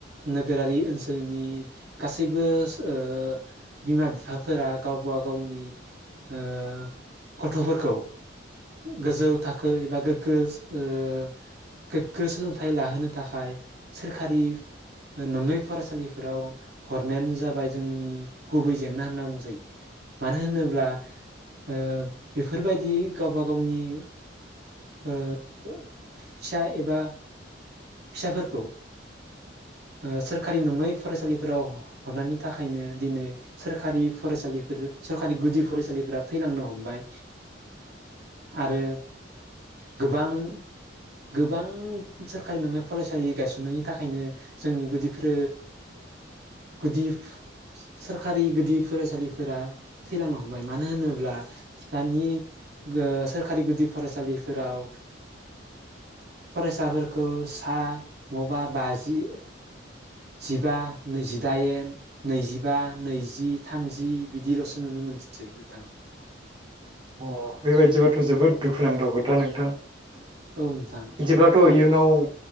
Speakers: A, on the right; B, on the right.
A: नोगोरारि ओनसोलनि गासैबो अह बिमा बिफाफोरा गावबा गावनि अह गथ'फोरखौ गोजौ थाखो एबा गोग्गो अह गोग्गो सोलोंथाइ लाहोनो थाखाय सोरखारि नङै फरायसालिफोराव हरनायानो जाबाय जोंनि गुबै जेंना होनना बुंजायो मानो होनोब्ला ओ बेफोरबायदि गावबा गावनि ओ फिसा एबा फिसाफोरखौ अ सोरखारि नङै फरायसालिफोराव हरनायनि थाखायनो दिनै सोरखारि फरायसालिफोर सोरखारि गुदि फरायसालिफोरा थैलांनो हमबाय आरो गोबां गोबां सोर खारि नङै फरायसालि गायसननायनि थाखायनो जोंनि गुदिफोर गुदि सोरखारि गुदि फरायसालिफोरा थैलांनो हमबाय मानो होनोब्ला दानि अह सोरखारि गुदि फरायसालिफोराव फरायसाफोर खौ सा नङाबा बाजि जिबा नैजिदाइन नैजिबा नैजि थामजि बिदिल'सो नुनो मोनसै नोंथां
B: अ बेबायदिबाथ' जोबोद दुखुनांथाव दा नोंथां
A: औ नोंथां
B: जेब्लाथ' इयुन नाव